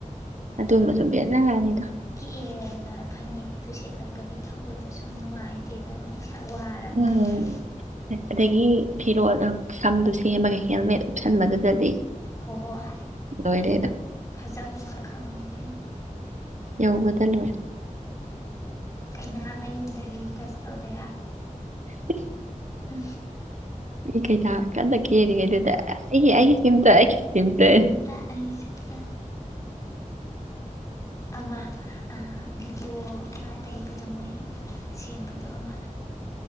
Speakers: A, on the right; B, on the left.
A: ꯑꯗꯨꯝꯕ ꯁꯨꯝ ꯌꯦꯦꯂꯛꯑꯅꯤꯗꯣ
B: ꯀꯤꯛꯑꯦꯔꯒ ꯐꯅꯦꯛꯛꯇꯨ ꯁꯦꯠꯂꯒ ꯒꯥꯔꯤ ꯊꯧꯕꯣꯏꯗ ꯁꯨꯝ ꯅꯨꯡꯉꯥꯏꯇꯦꯗꯅ ꯏꯁꯥ ꯋꯥꯔꯕꯅꯤꯅ
A: ꯎꯝ ꯑꯗꯒꯤ ꯐꯤꯔꯣꯜ ꯁꯝꯗꯨꯣ ꯁꯦꯝꯃꯒ ꯍꯦꯜꯃꯦꯠ ꯎꯞꯁꯟꯕꯗꯨꯗꯗꯤ
B: ꯍꯣꯏ
A: ꯂꯣꯏꯔꯦꯗ
B: ꯐꯖꯕꯒ ꯈꯪꯉꯥꯏꯖꯩꯅꯦ
A: ꯌꯥꯎꯧꯕ ꯊꯜꯋꯥ
B: ꯀꯩꯌꯥ ꯃꯌꯨꯝꯗꯒꯤ ꯑꯦꯖꯁ ꯇꯧꯗ
A: <inaudible> <inaudible> <inaudible>
B: ꯑ
A: ꯀꯩ ꯂꯀꯥꯟꯗ ꯀꯦꯔꯤꯦ ꯀꯩꯗꯨꯗ ꯑꯩ ꯑꯩꯒꯤꯝꯇ ꯑꯩꯒꯤ ꯅꯤꯡꯝꯇ
B: ꯇ ꯑꯩꯒꯤꯁꯤꯛꯇ ꯑꯃ ꯚꯤꯗꯤꯑꯣ ꯑꯃꯗꯩꯕꯗꯣ ꯃꯣꯏ ꯁꯦꯝꯕꯗꯣ ꯑꯃ